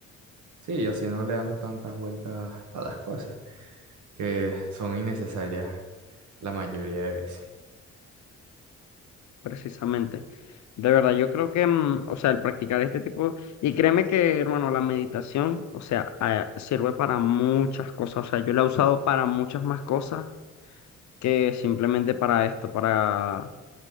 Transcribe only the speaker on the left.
Precisamente. De verdad, yo creo que, mm, o sea, el practicar este tipo, y créeme que, hermano, la meditación, o sea, ah, sirve para muchas cosas, o sea, yo la he usado para muchas más cosas que simplemente para esto, para